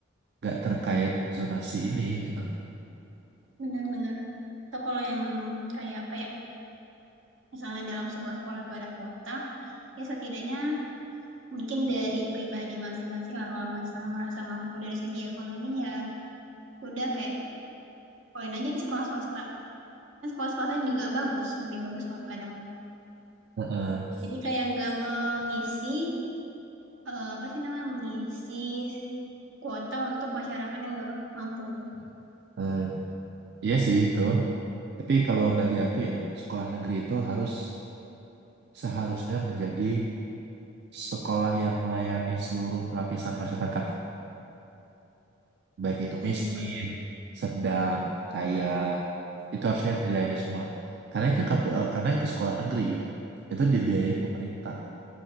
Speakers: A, on the right (about 55°); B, on the right (about 75°).
A: nggak terkait zonasi ini gitu. loh.
B: Bener-bener. Atau kalau emang kayak apa ya? Misalnya dalam sebuah sekolah tuh ada kota, ya setidaknya mungkin dari pribadi masing-masing lah kalau misalnya merasa mampu dari segi ekonomi ya udah kayak poin aja di sekolah swasta kan sekolah swasta juga bagus lebih bagus malah kadang
A: Heeh.
B: jadi kayak nggak mengisi eh, apa sih namanya mengisi kuota untuk masyarakat yang nggak mampu gitu
A: Eh, iya sih itu. Tapi kalau bagi aku ya sekolah negeri itu harus seharusnya menjadi sekolah yang melayani seluruh lapisan masyarakat, baik itu
B: hmm,
A: miskin, sedang, kaya, itu harusnya dilayani semua. Karena itu kampu- eh, karena itu sekolah negeri, itu dibiayai pemerintah.